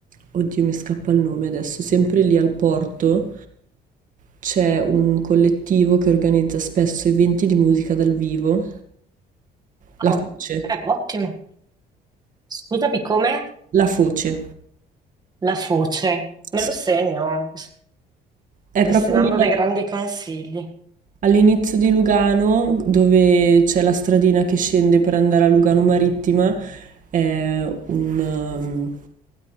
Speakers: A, on the right; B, on the right.
A: oddio mi scappa il nome adesso, sempre lì al porto c'è un collettivo che organizza spesso eventi di musica dal vivo, La
B: Oh,
A: Foce.
B: eh, ottimo. Scusami, com'è
A: La Foce.
B: la foce? Me
A: Sì,
B: lo segno,
A: È
B: mi
A: proprio
B: stai dando
A: lì,
B: dei grandi consigli.
A: All'inizio di Lugano, dove c'è la stradina che scende per andare a Lugano Marittima, è un, ehm,